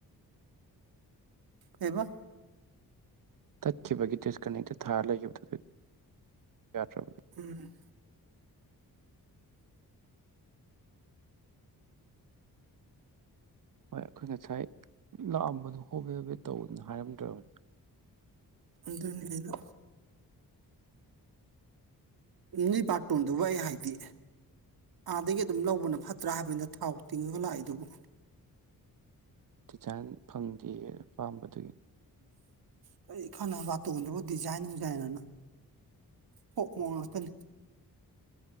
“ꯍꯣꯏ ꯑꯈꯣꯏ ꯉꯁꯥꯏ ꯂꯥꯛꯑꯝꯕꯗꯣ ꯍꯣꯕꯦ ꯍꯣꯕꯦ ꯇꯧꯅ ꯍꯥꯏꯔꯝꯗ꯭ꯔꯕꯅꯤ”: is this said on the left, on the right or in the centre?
Right